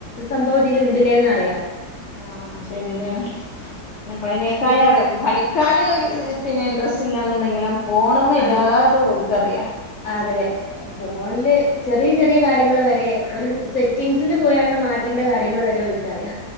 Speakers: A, on the left (about 55°); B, on the left (about 75°).
A: സംഭവം ഇതിൽ ഇണ്ട്ല്ലേന്നറിയാ
B: ആഹ് ശരിെന്നെ ആണ് നമ്മളതിനേക്കായ
A: ഇപ്പൊ
B: അറിയാ പഠിക്കാന് പിന്നെ ഇൻട്രസ്റ്റ് ഇല്ലന്നുണ്ടെങ്കിലും ഫോണ് മ്മെഎല്ലാതും
A: ആ
B: ഓൽക്കറിയാ
A: അതെ ഫോണില് ചെറിയ ചെറിയ കാര്യങ്ങൾ വരെ ഒരു സെറ്റിംഗ്സിൽ പോയാണ്ട് മാറ്റേണ്ട കാര്യങ്ങൾ വരെ ഒര്ക്കറിയാ